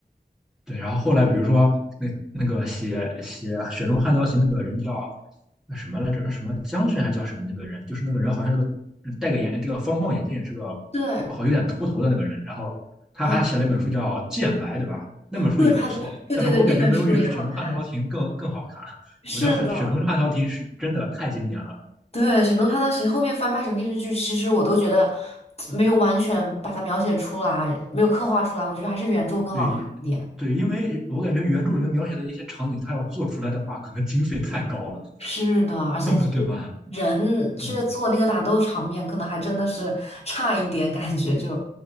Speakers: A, in the centre; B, on the left (about 35°).
A: 对，然后后来比如说那那个写写《雪中悍刀行》那个人叫呃什么来着？那什么将军还叫什么那个人？就是那个人好像是个戴个眼这个方框眼镜，是个
B: <laughs> 对，
A: 好有点秃头的那个人。然后他还写了一本书叫《剑来》，
B: 啊，
A: 对吧？那本书也不错，
B: 对，他对，对对对，
A: 但是我感觉没有《雪雪中悍刀行》更更好看。
B: 那本书也好看。是的。
A: 我觉得很《雪中悍刀行》是真的太经典了。
B: 对，沈东他当时后面翻拍成电视剧，其实我都觉得没有完全把它描写出来，没有刻画出来，我觉得还是原著更好看一点。
A: 对对，因为我感觉原著里面描写的一些场景，他要做出来的话，可能经费太高了，
B: 是的，而且是
A: <laughs> 对吧？
B: 人去做那个打斗场面，
A: 嗯。
B: 可能还真的是 <laughs> 差一点，感觉就